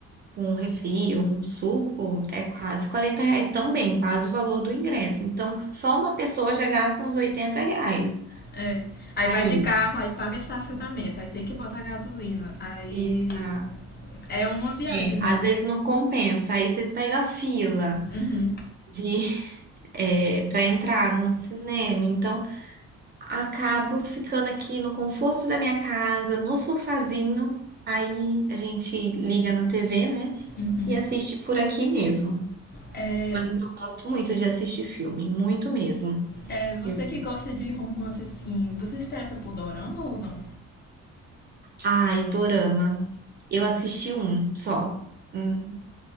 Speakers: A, on the right; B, on the left.
A: um refri, um suco, é quase 40 reais também, quase o valor do ingresso. Então, só uma pessoa já gasta uns 80 reais.
B: É. Aí
A: Aí,
B: vai de carro, aí paga estacionamento, aí tem que botar gasolina. Aí
A: exato.
B: é uma viagem,
A: É,
B: né?
A: às vezes não compensa. Aí você pega a fila
B: Hum,
A: de, <laughs> é, para entrar no cinema. Então, Acabo ficando aqui no conforto da minha casa, no sofazinho. Aí a gente liga na TV, né?
B: hum.
A: E assiste por aqui mesmo.
B: É,
A: Mas eu gosto muito de assistir filme, muito mesmo.
B: é, você
A: Eu-
B: que gosta de romance assim, você se interessa por Dorama ou não?
A: Ai, Dorama. Eu assisti um só. Hum,